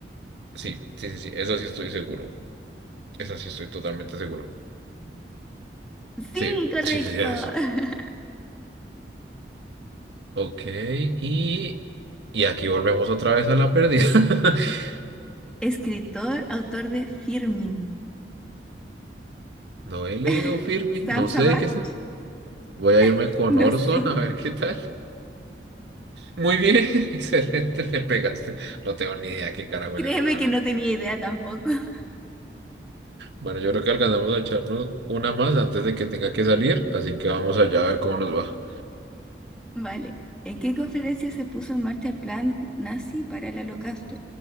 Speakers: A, on the right (about 80°); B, in the centre.
A: Sí, sí, sí, sí, eso sí estoy seguro. Eso sí estoy totalmente seguro. Sí,
B: Sí, correcto.
A: sí, sí, sí, eso.
B: <laughs>
A: Ok, y, y aquí volvemos otra vez a la pérdida. <laughs>
B: Escritor, autor de Firmin.
A: No he leído
B: <laughs>
A: Firmin,
B: Sam
A: no
B: Savage,
A: sé de qué es. Voy a irme
B: <laughs>
A: con
B: no
A: Orson
B: sé.
A: a ver qué tal. Muy bien, <laughs> excelente, me pegaste. No tengo ni idea qué carajo
B: Créeme
A: es eso, la verdad.
B: que no tenía idea tampoco. <laughs>
A: Bueno, yo creo que alcanzamos a echarnos una más antes de que tenga que salir, así que vamos allá a ver cómo nos va.
B: Vale. ¿En qué conferencia se puso en marcha el plan nazi para el holocausto?